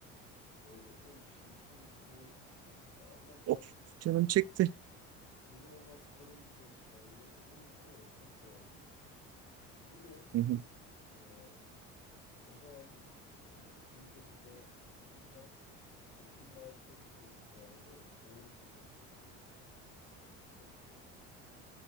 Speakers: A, on the left; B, on the right.
A: böyle ekşi, tuzlu, bazen
B: <laughs>
A: tatlı.
B: Of canım çekti.
A: İnanılmaz kalın bir toz sopaya gelirdi. Onu unutamıyorum. Çok severdim. Bir de
B: Hı hı.
A: e, o zaman işte e, ilkokulda okurken okulun altında bir tostçu vardı. Oradaki tost çok iyiydi. E,